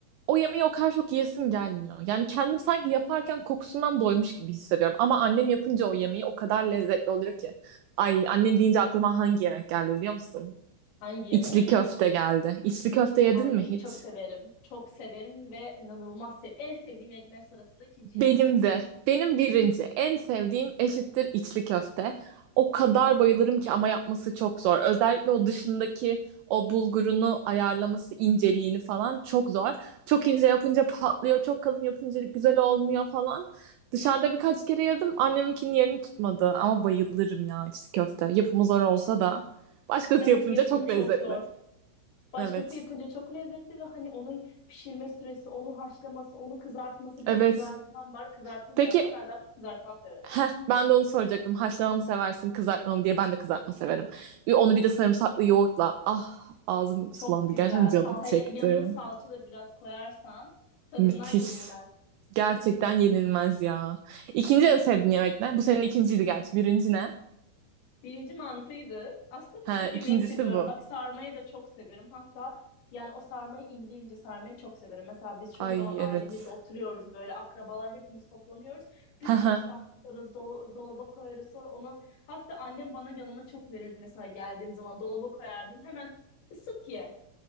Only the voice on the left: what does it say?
Hangi yemek?
Ay
çok severim. Çok severim ve inanılmaz sev. En sevdiğim yemekler sırasında ikinci
yani.
Evet
yapımı
çok
zor. Başkası
yapınca çok lezzetli ve hani onu pişirme süresi, onu haşlaması, onu kızartması bir
de kızartılan var, kızartılmayan
var. Ben daha çok kızartılan severim.
Çok
güzel.
Sal hele
yanına salça da biraz koyarsan tadından
yenilmez.
Birinci mantıydı. Aslında birçok
yemeği seviyorum.
Bak sarmayı da çok severim. Hatta yani o sarmayı ince ince sarmayı çok severim. Mesela biz çoğu
zaman ailemizle
oturuyoruz böyle akrabalar hepimiz toplanıyoruz. Bir
sürü sarma sararız, do- dolaba koyarız sonra onu. Hatta annem bana yanına çok verirdi mesela geldiğim zaman dolaba koyardım. Hemen ısıt ye.